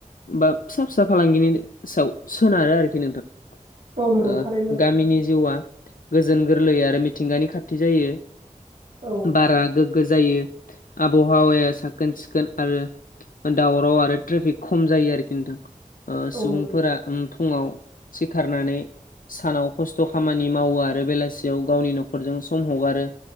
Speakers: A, on the left; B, on the right.
A: बा फिसा फिसा फालांगिनि सायाव सोनारो आरोखि नोंथां।
B: औ नंगौ
A: ओ
B: थारैनो
A: गामिनि जिउआ गोजोन गोरलै आरो मिथिंगानि खाथि जायो।
B: औ
A: बारा गोग्गो जायो आबहावाया साखोन सिखोन आरो दावराव आरो ट्रेफिक खम जायो आरोखि नोंथां ओ सुबुंफोरा
B: नंगौ
A: <unintelligible> सिखारनानै सानाव खस्थ' खामानि मावो आरो बेलासियाव गावनि न'खरजों सम हगारो‌।